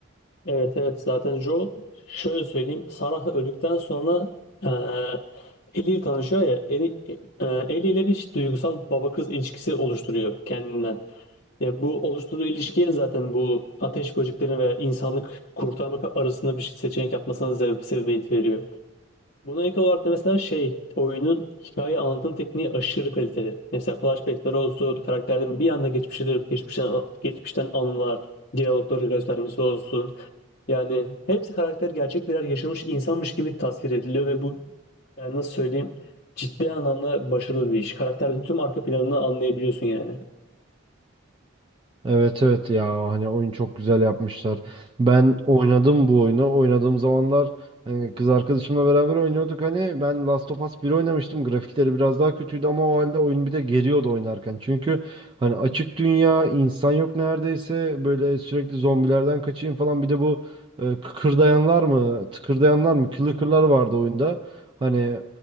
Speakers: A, on the left; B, on the right.
A: Evet evet zaten Joel şöyle söyleyeyim Sarah öldükten sonra e, Ellie ile tanışıyor ya Ellie, e, Ellie ile bir duygusal baba kız ilişkisi oluşturuyor kendinden. Yani bu oluşturduğu ilişkiye zaten bu ateş böceklerini veya insanlık kurtarmak arasında bir seçenek yapmasına sebep, sebebiyet veriyor. Buna ek olarak da mesela şey oyunun hikaye anlatım tekniği aşırı kaliteli. Mesela flashbackler olsun, karakterlerin bir anda geçmişe dönüp geçmişten, geçmişten anılar, diyalogları göstermesi olsun. Yani hepsi karakter gerçek birer yaşamış insanmış gibi tasvir ediliyor ve bu yani nasıl söyleyeyim ciddi anlamda başarılı bir iş. Karakterin tüm arka planını anlayabiliyorsun yani.
B: Evet evet ya hani oyun çok güzel yapmışlar. Ben oynadım bu oyunu. Oynadığım zamanlar hani kız arkadaşımla beraber oynuyorduk hani ben Last of Us bir oynamıştım. Grafikleri biraz daha kötüydü ama o halde oyun bir de geriyordu oynarken. Çünkü hani açık dünya, insan yok neredeyse. Böyle sürekli zombilerden kaçayım falan. Bir de bu e, kıkırdayanlar mı, tıkırdayanlar mı, clicker vardı oyunda. Hani